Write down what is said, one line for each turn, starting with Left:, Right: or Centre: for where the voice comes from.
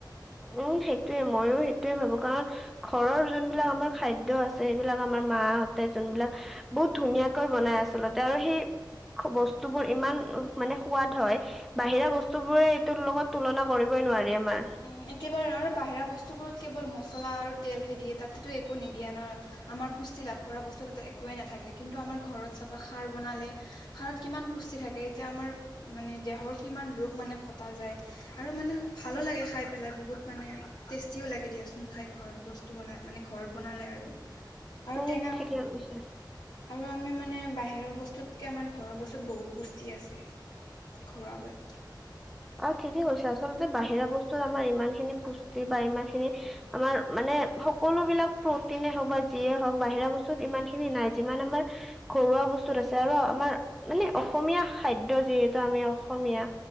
Centre: উম সেইটোৱে ময়ো সেইটোৱে ভাবোঁ কাৰণ ঘৰৰ যোনবিলাক আমাৰ খাদ্য আছে সেইবিলাক আমাৰ মাহঁতে যোনবিলাক বহুত ধুনীয়াকৈ বনাই আচলতে আৰু সেই বস্তুবোৰ ইমান মানে সোৱাদ হয় বাহিৰা বস্তু বোৰে এইটোৰ লগত তুলনা কৰিবই নোৱাৰি আমাৰ।
Left: উম একেবাৰে আৰু বাহিৰা বস্তুবোৰত কেৱল মছলা আৰু তেল হে দিয়ে তাতেটো একো নিদিয়ে ন? আমাৰ পুষ্টি লাভ কৰা বস্তুতোতে একোৱে নাথাকে কিন্তু আমাৰ ঘৰত চাবা খাৰ বনালে', খাৰত কিমান পুষ্টি থাকে', এতিয়া আমাৰ, মানে দেহৰ কিমান ৰোগ মানে কটা যায় আৰু মানে ভালো লাগে', খাই পেলাই বহুত মানে টেষ্টিও লাগে দিয়াচোন খাই ঘৰত বস্তু বনাই মানে ঘৰত বনালে আৰু', আৰু
Centre: উম
Left: টেঙা',
Centre: ঠিকে কৈছে
Left: আৰু আমি মানে বাহিৰৰ বস্তুতকে আমাৰ ঘৰৰ বস্তুত বহুত পুষ্টি আছে', ঘৰুৱাবোৰে',
Centre: অ', ঠিকেই কৈছে আচলতে বাহিৰা বস্তুত আমাৰ ইমান খিনি পুষ্টি বা ইমান খিনি', আমাৰ মানে সকলোবিলাক প্ৰটিনে হওঁক বা যিয়ে হওঁক, বাহিৰা বস্তুত ইমান খিনি নাই যিমান আমাৰ', ঘৰুৱা বস্তুত আছে আৰু আমাৰ, মানে অসমীয়া খাদ্য যিহেতু আমি অসমীয়া',